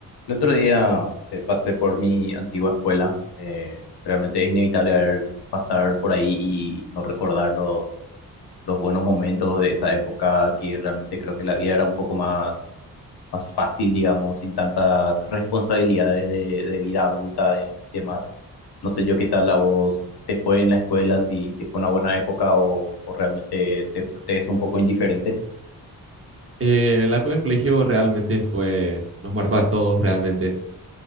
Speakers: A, on the left (about 70°); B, on the right (about 35°).
A: El otro día eh, pasé por mi antigua escuela. eh, realmente es inevitable ver- pasar por ahí y no recordar los, los buenos momentos de esa época que realmente creo que la vida era un poco más, más fácil, digamos, sin tantas responsabilidades de, de vida adulta y demás. No sé yo qué tal a vos te fue en la escuela, si, si fue una buena época o, o realmente te, fu- te es un poco indiferente.
B: Eh, la época del colegio realmente fue, nos marcó a todos realmente.